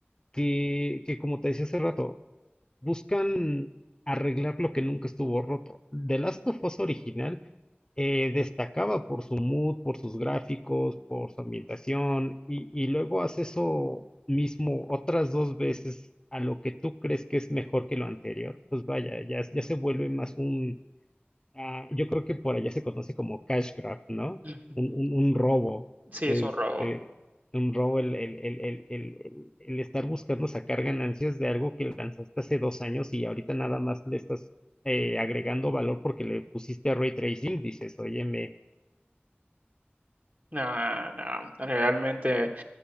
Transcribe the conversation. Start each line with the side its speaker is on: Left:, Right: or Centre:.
Left: que, que, como te decía hace rato, buscan arreglar lo que nunca estuvo roto. The Last of Us original eh, destacaba por su mood, por sus gráficos, por su ambientación, y, y luego hace eso mismo otras dos veces a lo que tú crees que es mejor que lo anterior. Pues vaya, ya, ya se vuelve más un Ah, yo creo que por allá se conoce como cash grab, ¿no?
Right: Ujú.
Left: Un, un, un robo,
Right: Sí,
Left: este,
Right: es un robo.
Left: un robo, el, el, el, el, el, el- el estar buscando sacar ganancias de algo que lanzaste hace dos años y ahorita nada más le estás eh, agregando valor porque le pusiste a ray tracing, dices, óyeme,
Right: No, no, realmente.